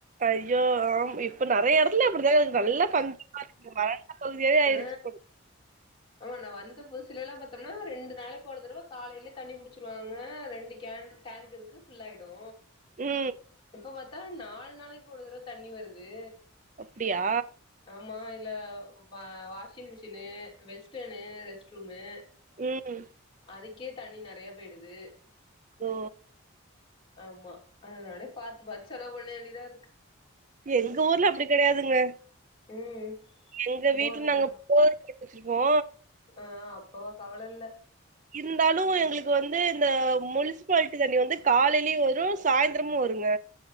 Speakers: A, on the right; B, on the left.
A: ஐய்யோ ஆ இப்ப நறைய எடத்துல அப்படிதா நல்ல பஞ்சு மாரி இருக்கு பகுதியாவே ஆயிருச்சு
B: ஆ
A: போல
B: ஆமா நா வந்த புதுசில எல்லா பாத்தோம்னா ரெண்டு நாளைக்கு ஒரு தடவ காலையிலயே தண்ணி புடிச்சிருவாங்க ரெண்டு கேன் டேங்க் இருக்கு ஃபுல் ஆயிடு
A: உம்
B: இப்ப பாத்தா நாலு நாளைக்கு ஒரு தடவ தண்ணி வருது
A: அப்படியா
B: ஆமா இதுல washing machine western rest room
A: ம்
B: அதுக்கே தண்ணி நெறையா பேய்டுது
A: ஓ
B: ஆமா அதனாலே பாத்து பாத்து செலவு பண்ணவேண்டியதா இருக்கு
A: எங்க ஊர்ல அப்டி கெடையாதுங்க
B: ம்
A: எங்க வீட்ல
B: போருங்களா
A: நாங்க போர் போட்டு வச்சிருப்போ
B: ஆ அப்போ கவலல்ல
A: இருந்தாலு எங்ளுக்கு வந்து இந்த முனிசிபால்ட்டி தண்ணி வந்து காலைலயு வரு சாய்ந்திரமு வருங்க